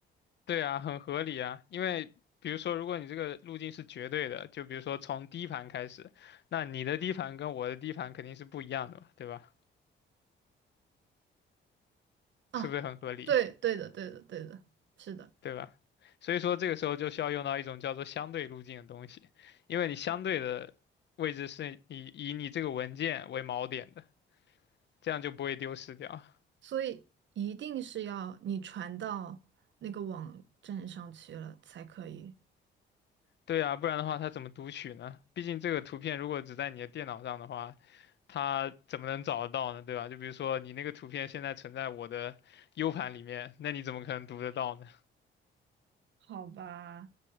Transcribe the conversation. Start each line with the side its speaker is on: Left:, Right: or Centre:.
Left: 对啊，很合理啊，因为比如说，如果你这个路径是绝对的，就比如说从 D 盘开始，那你的 D 盘跟我的 D 盘肯定是不一样的嘛，对吧？
Right: 啊，
Left: 是不是很合理？
Right: 对，对的，对的，对的，是的，
Left: 对吧？所以说这个时候就需要用到一种叫做相对路径的东西，因为你相对的位置是以以你这个文件为锚点的，这样就不会丢失掉。
Right: 所以一定是要你传到那个网站上去了才可以。
Left: 对啊，不然的话它怎么读取呢？毕竟这个图片如果只在你的电脑上的话，它怎么能找得到呢？对吧？就比如说你那个图片现在存在我的 U 盘里面，那你怎么可能读得到呢？
Right: 好吧，